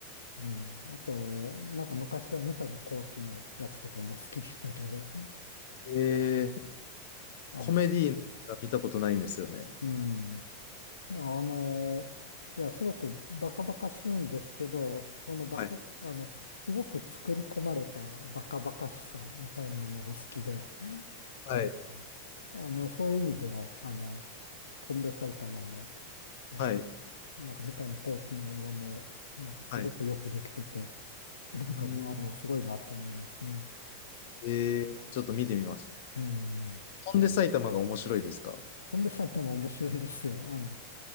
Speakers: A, on the left; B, on the left.
A: うん。あと、なんか昔は三谷幸喜のやつとかも好きでしたけど、
B: えー、
A: あの、
B: コメディの映画見たことないんですよね。
A: うん。あの、いや、すごくバカバカしいんですけど、そのバカ、
B: はい。
A: あの、すごく作り込まれたバカバカしさみたいなのが好きで、
B: はい。
A: えあの、そういう意味では、あの、飛んで埼玉も、あの、
B: はい。
A: なんか三谷幸喜の映画も、なんかすごくよくできてて、
B: はい。う
A: なんかもう、
B: ーん、
A: あの、すごいなって思いますね。
B: えー、ちょっと見てみます。
A: うん。
B: 飛んで埼玉が面白いですか
A: 飛んで埼玉面白いですよ。あの、